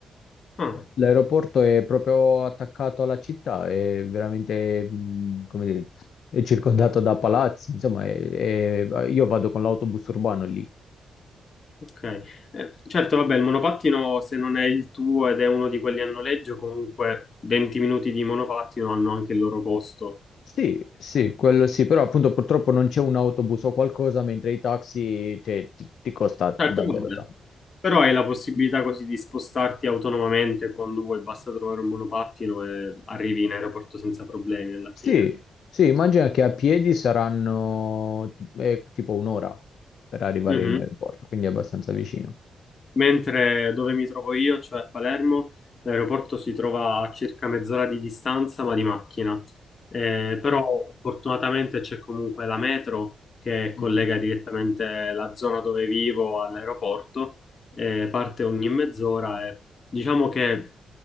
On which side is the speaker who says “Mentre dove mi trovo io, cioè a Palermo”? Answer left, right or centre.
Left